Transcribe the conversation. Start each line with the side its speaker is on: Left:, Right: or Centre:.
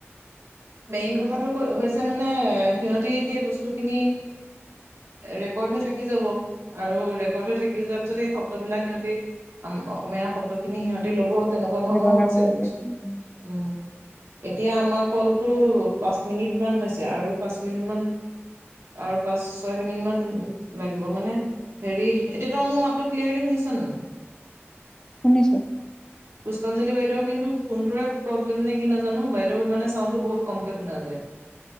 Right: মেইন কথাটো ক হৈছে মানে সিহঁতে সেই বস্তুখিনি ৰেকৰ্ড হৈ থাকি যাব আৰু ৰেকৰ্ড হৈ থাকি যোৱা পিছত সেই শব্দবিলাক সিহঁতি অসমীয়া শব্দ সিখিনি সিহঁতি ল'ব তেনেকুৱা ধৰণৰ
Left: ব্যৱহাৰ
Right: হ'ব চাগে
Left: কৰিব
Right: বস্তু
Left: পাৰিম।
Right: উম এতিয়া আমাক কলটো পাঁচ মিনিট মান হৈছে আৰু পাঁচ মিনিট মান। আৰু পাঁচ, ছয় মিনিট মান লাগিব মানে হেৰি এতিয়া তই মোৰ মাতটো ক্লিয়াৰলি শুনিছানে নাই‌।
Left: শুনিছো।
Right: <inaudible> পুষ্পাঞ্জলি বাইদেউ কিন্ত ফোনটোৰে প্ৰব্লেম নে কি নাজানো, বাইদেউ মানে চাউণ্ডটো বহুত কমকে শুনা যায়। <inaudible>